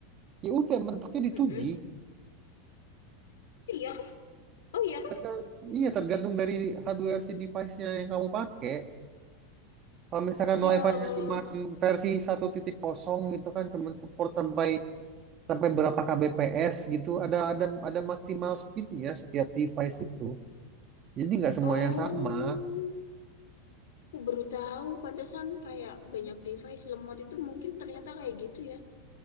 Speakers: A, on the right; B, on the left.
A: ya udah mentoknya di
B: Mm-mm.
A: 2G.
B: Oh iya kah? Oh iya kah?
A: Tergan- iya tergantung dari hardware si device-nya yang kamu pakai. Kalau misalkan
B: Ya,
A: WiFi-nya cuma versi 1.0 gitu kan cuma support sampai sampai berapa kbps gitu, ada ada ada maksimal speed-nya setiap device itu. Jadi nggak semuanya
B: oh,
A: sama.
B: aku baru tahu. Pantesan kayak banyak device lemot itu mungkin ternyata kayak gitu ya.